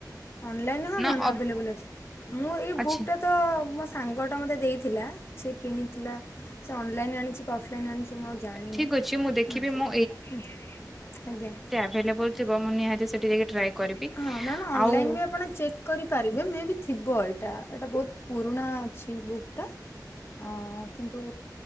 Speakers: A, on the left; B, in the centre.
A: ଅନଲାଇନ୍ ହଁ
B: ନା
A: ମ୍ୟାମ୍
B: ଅଫ୍
A: ଆଭେଲେବୁଲ୍ ଅଛି। ମୁଁ ଏଇ
B: ଅଛି।
A: ବୁକ୍ ଟା ତ ମୋ ସାଙ୍ଗା ଟା ମୋତେ ଦେଇଥିଲା ସେ କିଣିଥିଲା ସେ ଅନଲାଇନ୍ ଆଣିଛି <unintelligible> ଅଫଲାଇନ୍ ଆଣିଛି ମୁଁ ଆଉ ଜାଣିନି।
B: ଠିକ୍ ଅଛି ମୁଁ ଦେଖିବି
A: ହଁ
B: ମୋ
A: ଉଁ, ଆଜ୍ଞା।
B: ଭେଲେବଲ୍ ଥିବ ମୁଁ ନିହାତି ସେଠି ଯାଇକି ଟ୍ରାଏ କରିବି
A: ହଁ ମ୍ୟାମ୍ ଅନଲାଇନ୍
B: ଆଉ
A: ବି ଆପଣ ଚେକ୍ କରିପାରିବେ। ମେ ବି ଥିବ ଏଇଟା ଏଇଟା ବହୁତ ପୁରୁଣା ଅଛି ବୁକ୍ ଟା। ଅ, କିନ୍ତୁ